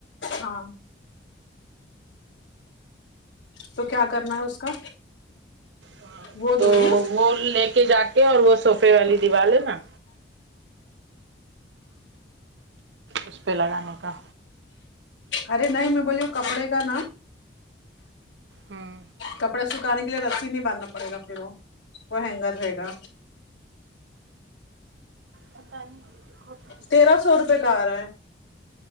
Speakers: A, on the left; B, on the right.
A: ہاں تو کیا کرنا ہے اس کا
B: ہ
A: وہ
B: تو
A: دیجیے
B: وہ لے کے جا کے اور وہ سوفے والی دیوال ہے نا اس پہ لگانے کا
A: ارے نہیں میں بولیوں کپڑے کا نا
B: ہاں
A: کپڑے سکھانے کے لیے رسی نہیں باندھنا پڑے گا پھر وہ وہ ہینگر رہے گا
B: پتہ نہیں دیکھو
A: تیرہ سو روپئے کا آرہا ہے